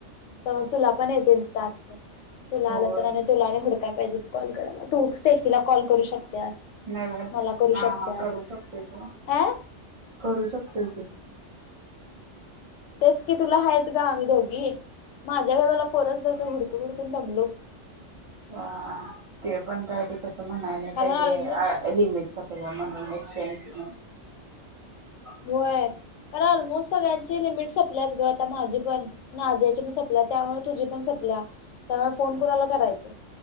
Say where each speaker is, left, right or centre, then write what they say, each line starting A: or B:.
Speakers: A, on the left; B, on the right.
A: अं तुला पण येतील टास्क, तुला
B: होय
A: आलं तर आणि तुला हूड त्या पाहिजेत कॉल करायला,, तू उठतेच तिला कॉल करू शकसेफीला कॉल त्यास
B: नाही बाहेर
A: मला करू
B: हा
A: शकत्यास
B: हा करू शकतोय सोड.
A: आं
B: करू शकतोय की.
A: तेच की तुला हायतं ग आम्ही दोघी, माझ्या वेळी मला कोनचं नव्हतं हुडकून-हुडकून दमलो.
B: हा ते पण काय ते तसं म्हणाय नाय
A: कारण
B: पाहिजे
A: ऑलमोस्ट
B: आ लिमीट सपल्या म्हणून. <unintelligible>
A: होय कारण मोस्ट सगळ्यांची लिमिट संपल्याच ग आता माझी पण, नाजियाची पन सपल्या, त्यामुळे तुझी पण सपल्या, त्यामुळे फोन कुणाला करायचं